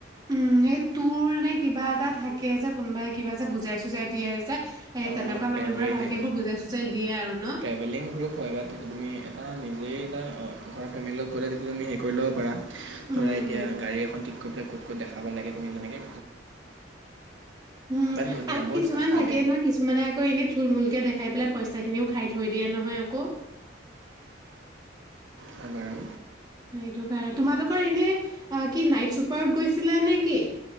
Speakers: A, on the right; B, on the right.
A: উম এই <inaudible> নে কিবা এটা থাকে যে কোনোবাই কিবা যে বুজাই-চুজাই দিয়ে যে এই
B: অ',
A: তেনেকুৱা
B: ট্ৰেভেলিং
A: মানুহবোৰে ভালকে এইবোৰ বুজাই-চুজাই দিয়ে আৰু ন
B: ট্ৰেভেলিং গ্ৰুপ হয় বা তুমি তুমি এটা নিজেই এটা ঘৰৰ ফেমিলি লগত গ'লে তেতিয়া তুমি হেৰি কৰি ল'ব পাৰা।
A: উম,
B: ধৰা এতিয়া
A: উম,
B: গাড়ী এখন ঠিক কৰি <inaudible> ক'ত দেখাব লাগে তুমি তেনেকে
A: উম,
B: বাট ধুনীয়া
A: আকৌ
B: বহুত
A: কিছুমান
B: চাফা
A: থাকে
B: দেই
A: নহয় কিছুমানে আকৌ এনে থুল্-মূল কে দেখাই পেলাই পইচা খিনিও খাই থৈ দিয়া নহয় আকৌ।
B: হয় বাৰু।
A: সেইটো কাৰণে তোমালোকৰ এনে কি নাইট চুপাৰত গৈ ছিলা নেকি?